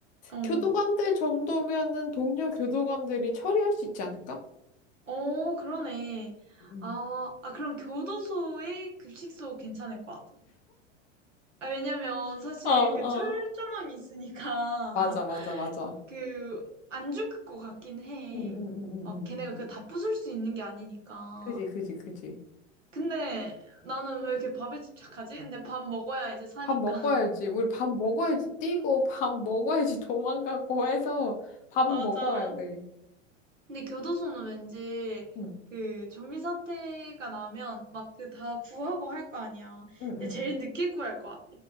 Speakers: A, on the right; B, on the left.
A: 어,
B: 교도관들 정도면은 동료 교도관들이 처리할 수 있지 않을까?
A: 어, 그러네.
B: 음.
A: 아, 아, 그럼 교도소에 급식소 괜찮을 것 같아. 아, 왜냐면 사실
B: 어, 어.
A: 그 철조망이 있으니까
B: 맞아, 맞아,
A: <laughs>
B: 맞아.
A: 그 안 죽을 것 같긴 해.
B: 응, 응, 응, 응,
A: 막
B: 응.
A: 걔네가 그 다 부술 수 있는 게 아니니까.
B: 그지, 그지, 그지.
A: 근데 나는 왜 이렇게 밥에 집착하지? 근데 밥 먹어야 이제 사니까.
B: 밥 먹어야지.
A: <laughs>
B: 우리 밥 먹어야지 뛰고, 밥 먹어야지 <laughs> 도망가고 해서 밥은
A: 맞아.
B: 먹어야 돼.
A: 근데 교도소는 왠지
B: 응.
A: 그 좀비 사태가 나면 막 그 다 구하고 할 거 아니야.
B: 응,
A: 근데
B: 응,
A: 제일
B: 응.
A: 늦게 구할 것 같아.